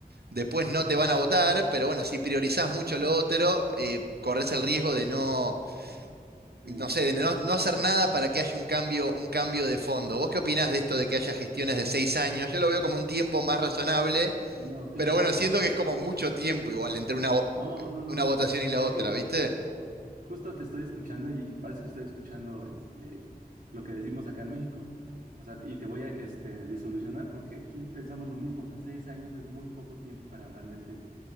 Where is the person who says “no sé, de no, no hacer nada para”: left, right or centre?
Right